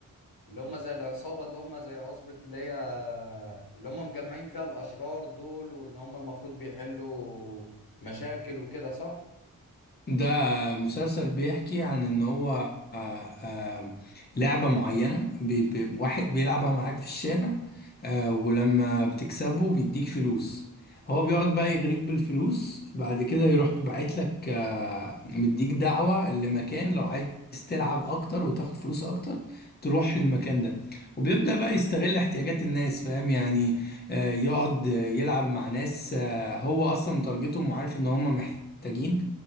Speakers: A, on the left (about 75°); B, on the left (about 25°).
A: اللي هم زي العصابة اللي هم زي عصبة اللي هي اللي هم مجمعين فيها الأشرار دول واللي هم المفروض بيحلوا مشاكل وكده صح؟
B: ده مسلسل بيحكي عن ان هو آه، آه، لعبة معينة بي بي واحد بيلعبها معاك في الشارع آه، ولما بتكسبه بيديك فلوس هو بيقعد بقى يغريك بالفلوس بعد كده يروح باعت لك آه، مديك دعوة لمكان لو عايز تلعب اكتر وتاخد فلوس اكتر تروح المكان ده وبيبدأ بقى يستغل احتياجات الناس فاهم يعني آه، يقعد يلعب مع ناس آه، هو اصلا متارجتهم وعارف ان هم محتاجين